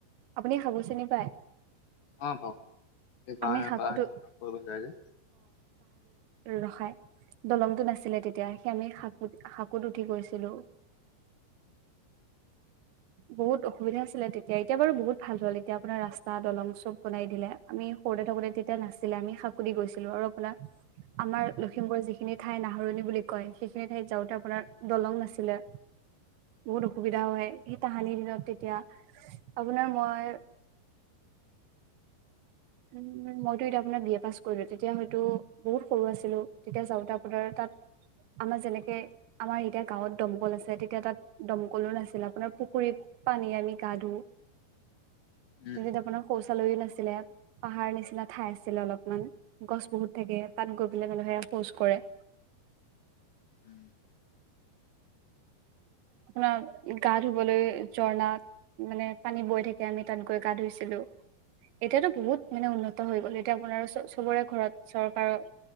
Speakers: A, on the right (about 85°); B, on the left (about 60°).
A: আপুনি খাব চিনি পায়
B: অ পাও, এ বা
A: আমি শাকুটো
B: বাহ'তে ফুৰিব যায় যে।
A: ৰখায়। দলংটো নাছিলে তেতিয়া সেই আমি শাকু শাকুত উঠি গৈছিলো।
B: <inaudible>
A: বহুত অসুবিধা আছিলে তেতিয়া এতিয়া বাৰু বহুত ভাল হ'ল এতিয়া আপোনাৰ ৰাস্তা দলং চব বনাই দিলে। আমি সৰুতে থাকোতে তেতিয়া নাছিলে আমি সাকু দি গৈছিলো আৰু আপোনাৰ আমাৰ লখিমপুৰৰ যিখিনি ঠাই নাহৰণি বুলি কয় সেইখিনি ঠাইত যাওঁতে আপোনাৰ দলং নাছিলে। বহুত অসুবিধা হয়, সেই তাহানি দিনত তেতিয়া আপোনাৰ মই। উ মইতো এতিয়া আপোনাৰ বি এ পাছ কৰিলো। তেতিয়া হয়তো বহুত সৰু আছিলো। তেতিয়া চাওঁতে আপোনাৰ তাত। আমাৰ যেনেকে, আমাৰ এতিয়া গাঁৱত দমকল আছে। তেতিয়া তাত দম কলো নাছিল, আপোনাৰ পুখুৰীত। পানী আনি গা ধো।
B: <inaudible> উম
A: তেতিয়া আপোনাৰ শৌচালয়ো নাছিলে। পাহাৰ নিচিনা ঠাই আছিলে অলপমান। গছ বহুত থাকে, তাত গৈ পেলাই মানুহে শৌচ কৰে,
B: উম
A: আপোনাৰ গা ধুবলৈ জৰ্ণাক। মানে পানী বৈ থাকে, আমি তাত গৈ গা ধুইছিলো। এতিয়াতো বহুত মানে উন্নত হৈ গ'ল। এতিয়া আপোনাৰ চ চবৰে ঘৰত চৰকাৰৰ।